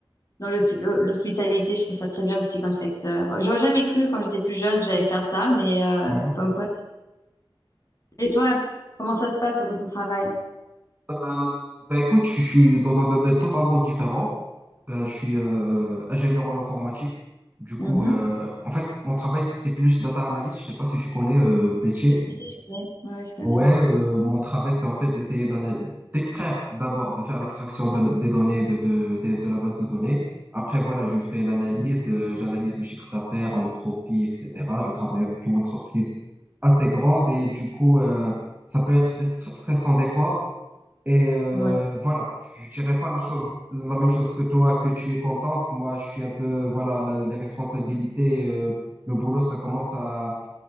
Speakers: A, on the left (about 40°); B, on the right (about 20°).
A: dans le- l'hospitalité, je trouve ça très bien aussi comme secteur. J'aurais jamais cru quand j'étais plus jeune que j'allais faire ça, mais euh,
B: ouais.
A: comme quoi. Et toi, comment ça se passe dans ton travail?
B: Euh, ben, écoute, je suis dans un domaine totalement différent. Ben, je suis euh, ingénieur en informatique. Du
A: Mhm.
B: coup, euh, en fait, mon travail, c'est c'est plus data analyst. Je sais pas si tu connais euh, le métier.
A: Si, je connais. Ouais, je connais.
B: Ouais, euh, mon travail, c'est en fait d'essayer d'ana- d'extraire d'abord, de faire l'extraction de la- des données de, de, de, de la base de données. Après, voilà, je fais l'analyse, euh, j'analyse le chiffre d'affaires, le profit, etc. Je travaille avec une entreprise assez grande et du coup, euh, ça peut être des stre- stressant des fois. Et euh,
A: Ouais.
B: voilà, je dirais pas la chose, la même chose que toi, que tu es contente. Moi, je suis un peu, voilà, le- les responsabilités, euh, le boulot, ça commence à